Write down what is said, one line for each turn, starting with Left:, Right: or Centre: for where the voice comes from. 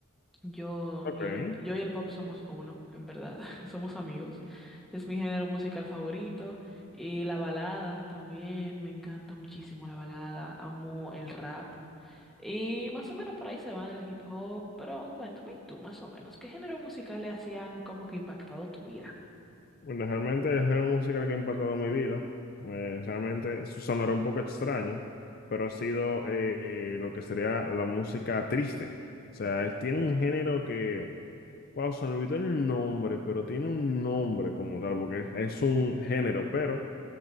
Centre: Yo
Left: Ok.
Centre: y el, yo y el pop somos uno, en verdad. <laughs> Somos amigos. Es mi género musical favorito. Y la balada también. Me encanta muchísimo la balada. Amo el rap. Y más o menos por ahí se van el hip hop. Pero cuéntame tú, más o menos, ¿qué género musical le hacían como que impactado tu vida?
Left: Bueno, realmente es una música que ha impactado mi vida. Eh, realmente su- sonará un poco extraño, pero ha sido eh, lo que sería la música triste. O sea, es- tiene un género que, wow, se me olvidó el nombre, pero tiene un nombre como tal, porque es un género, pero